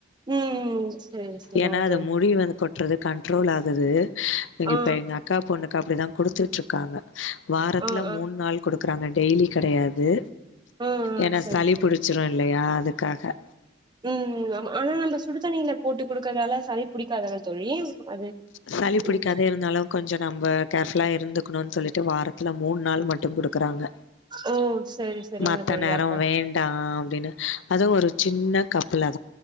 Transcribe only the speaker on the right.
ம் செரி செரிங்க
தோழி
ஆ
ஆ ஆ ஆ
ஆ
சரி
சரி
ம் ஆமா ஆனா நம்ம சுடுதண்ணியில போட்டு குடுக்கறதால சளி புடிக்காது தான தோழி அது
ம்
ஓ சரி சரிங்க
தோழி
அப்ப